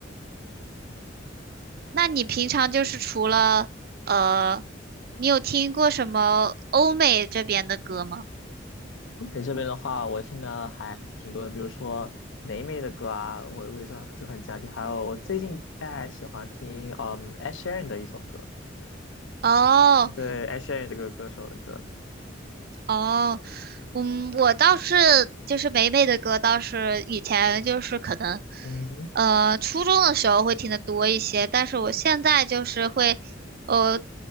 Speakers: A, on the right; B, on the left.
A: 那你平常就是除了呃，你有听过什么欧美这边的歌吗？
B: 东北这边的话，我听的还挺多的，比如说霉霉的歌啊，我我有时候就很经常听，还有我最近在喜欢听嗯 Ed Sheeran 的一首歌，
A: 哦，
B: 对 Ed Sheeran 这个歌手的歌，
A: 哦，嗯，我倒是就是霉霉的歌，倒是以前就是可能，
B: 嗯
A: 呃，初中的时候会听的多一些，但是我现在就是会，呃，